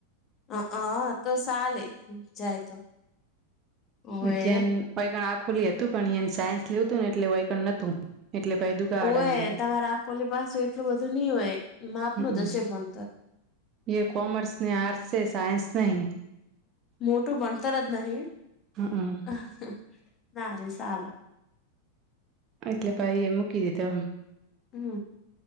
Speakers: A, on the left; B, on the right.
A: હ તો ચાલે જાય તો ઓવે
B: મિતિયાન <unintelligible> આખોલી હતું પણ એ સાયન્સ લેવું હતું ને એટલે વયકણ નતું એટલે પહિ દુગાવાડા
A: ઓય
B: મેલી
A: તમારા આ કોલી પાસે એટલું બધું નઈ હોય માપ
B: હમ
A: નુ જ હશે પણ
B: એ કોમર્સ ને આર્ટસ છે, સાયન્સ નહીં
A: મોટું ભણતર જ નહી
B: હમ
A: અ હ‌ ના ર ચાલો
B: એટલે
A: હ હ.
B: પહિ એ મૂકી દીધો
A: હમ